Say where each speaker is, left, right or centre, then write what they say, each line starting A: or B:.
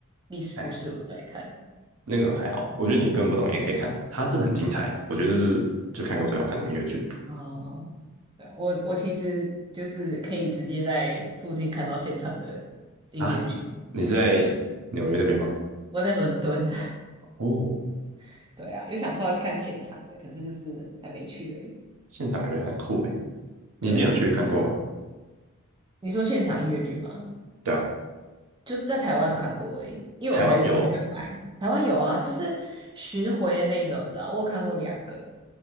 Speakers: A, on the right (about 20°); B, on the right (about 85°).
A: 历史故事，
B: 哎，
A: 我再来看。
B: 那个还好，我觉得你根本不懂也可以看，它真的很精彩，我觉得这是就看过最好看的音乐剧
A: 哦，哦对啊我我其实就是可以直接在附近看到现场的音乐剧。
B: 啊。你是在纽约那边吗？
A: 我在伦敦，
B: 哦，
A: <laughs> 对啊，有想说要去看现场的，可是就是还没去而已。
B: 现场感觉很酷诶。你之前有去看过吗？
A: 对啊，你说现场音乐剧吗？
B: 对啊，
A: 就是在台湾有看过而已因为我才我才刚来，
B: 台湾有
A: 台湾有啊，就是巡回的那一种，你知道，我有看过两个，